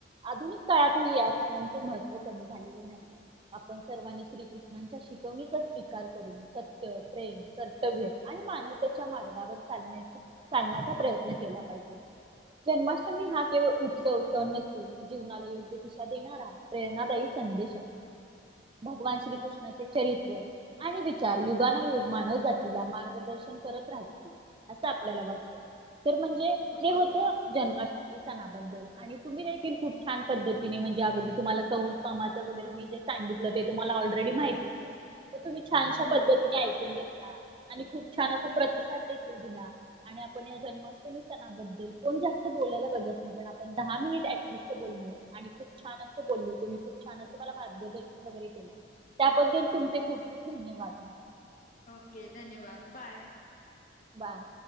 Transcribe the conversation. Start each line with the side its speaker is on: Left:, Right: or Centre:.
Right: आधुनिक काळातही या सणांचे महत्त्व कमी झालेले नाही. आपण सर्वांनी श्रीकृष्णांच्या शिकवणी. स्वीकार करून सत्य, प्रेम कर्तव्य आणि मानवतेच्या मार्गावर चालण्याची. चालण्याचा प्रयत्न केला. जन्माष्टमी हा केवळ उत्सव सण नसून जीवनाला योग्य दिशा देणारा. प्रेरणादायी संदेश आहे. भगवान श्रीकृष्णाचे चरित्र आणि वि- <unintelligible> युगानयुग
Left: हो
Right: मानव जातीला मार्गदर्शन करत राहतील असं आपल्याला वाटतं. तर म्हणजे हे होतं
Left: हो
Right: जन्माष्टमी. सणाबद्दल आणि तुम्ही देखील खूप छान पद्धतीने म्हणजे अगदी तुम्हाला कौंस रामाचं वगैरे मी - सांगितलं ते तुम्हाला ऑलरेडी माहिती होतं. तर तुम्ही छानशा
Left: हो
Right: पद्धतीने ऐकून घेतला. आणि खूप छान असा प्रतिसाद देखील दिला आणि आपण या जन्माष्टमी सणाबद्दल कोण जास्त- बोलायला बघत नाही आपण दहा मिनिटं ॲट लिस्ट बोललो आणि खूपं छानं अस बोललो तुम्ही खूपं छानं असं. मार्गदर्शन वगैरे केलात. त्याबद्दल तुमचे खूप खूप धन्यवाद मॅम.
Left: ओके धन्यवाद बाय.
Right: बाय.